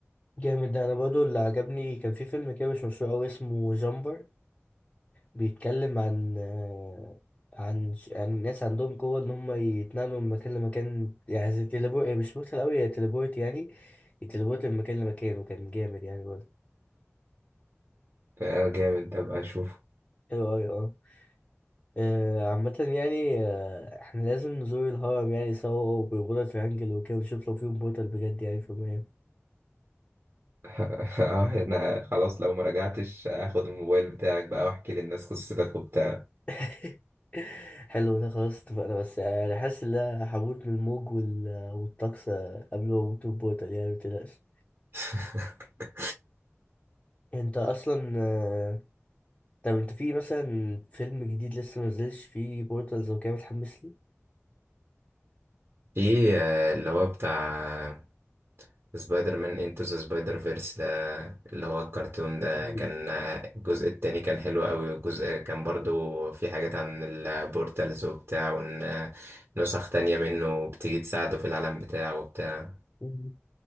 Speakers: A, on the left; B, on the right.
A: جامد ده انا برضو اللي عجبني كان في فيلم كده مش مشهور قوي اسمه جامبر بيتكلم عن آه، عن ش- عن ناس عندهم قوة ان هم يتنقلوا من مكان لمكان يعني زي تليبورت مش مثل قوي هي تليبورت يعني يتليبورت من مكان لمكان وكان جامد يعني برضه
B: آه، جامد أبقى أشوفه
A: ايوه ايوه آه، عامة يعني آه، احنا لازم نزور الهرم يعني سوا وبرجولة ترانجل وكده ونشوف لو في بورتال بجد يعني في المهم
B: <laughs> اه أنا خلاص لو مراجعتش هاخد الموبايل بتاعك بقى واحكي للناس قصتك وبتاع
A: <laughs> حلو ده خلاص اتفقنا بس آه، انا حاسس ان انا هموت من الموج وال- والطقس آه، قبل ما اموت من البورتال يعني متقلقش
B: <laughs>
A: انت اصلا آه، طب انت في مثلا فيلم جديد لسه منزلش فيه بورتالز وكده متحمس لي؟
B: في آه، اللي هو بتاع سبايدر مان انتو ذا سبايدر فيرس ده اللي هو الكرتون ده
A: مم.
B: كان الجزء التاني كان حلو قوي والجزء كان برضو في حاجات عن البورتالز وبتاع وان نسخ تانية منه بتيجي تساعده في العالم بتاعه وبتاع
A: مم.